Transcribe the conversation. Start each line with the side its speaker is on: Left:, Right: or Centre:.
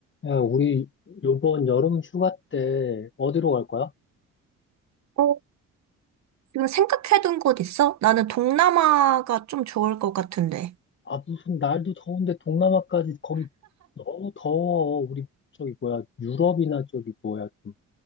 Left: 야, 우리 요번 여름 휴가 때 어디로 갈 거야?
Right: 어, 지금 생각해둔 곳 있어? 나는 동남아가 좀 좋을 것 같은데.
Left: 아, 무슨 날도 더운데 동남아까지 거기 너무 더워. 우리 저기 뭐야, 유럽이나 저기 뭐야, 좀